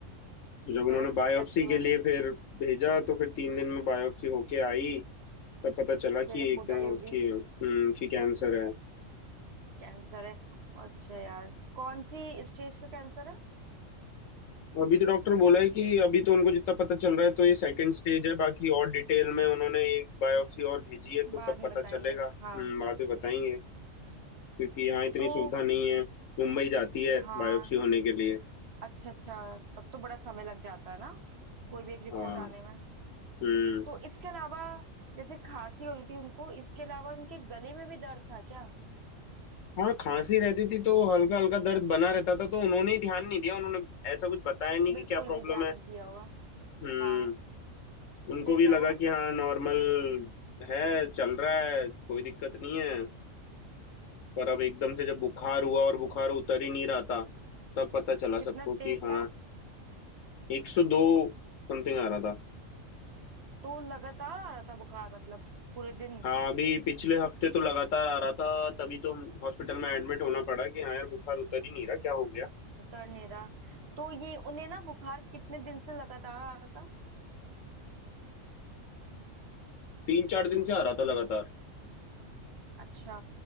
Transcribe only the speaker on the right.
फिर उसके
टेस्ट हुए
फिर
रिपोर्ट
आई होगी
कैंसर है अच्छा यार कौन सी स्टेज का कैंसर है
बाद
में
बताएंगे
हाँ
तो
हाँ
अच्छा अच्छा तब तो बड़ा समय लग जाता है ना कोई भी एक रिपोर्ट
आने में
तो इसके अलावा जैसे खांसी हो रही थी उनको इसके अलावा उनके गले में भी दर्द था क्या
बिल्कुल
भी ध्यान
नहीं दिया होगा
हाँ
फिर
क्या
हुआ
कितना
तेज
था
तो लगातार आ रहा था बुखार मतलब पूरे दिन
उतर नहीं रहा तो ये उन्हें ना बुखार कितने दिन से लगातार आ रहा था
अच्छा